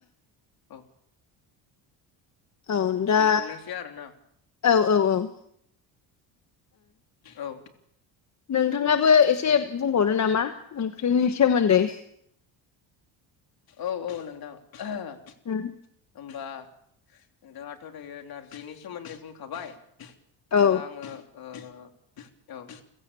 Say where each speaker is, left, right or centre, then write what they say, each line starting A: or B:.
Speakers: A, on the left; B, on the left.
A: औ
B: औ दा
A: बेफोरनोसै आरोना
B: औ औ औ ओं
A: औ
B: नोंथाङाबो एसे बुंबावनो नामा ओंख्रिनि सोमोन्दै।
A: औ औ नोंथां ओहो
B: उम
A: होमबा नोंथाङाथ' दायो नारजिनि सोमोन्दै बुंखाबाय। होमबा
B: औ
A: आङो ओ औ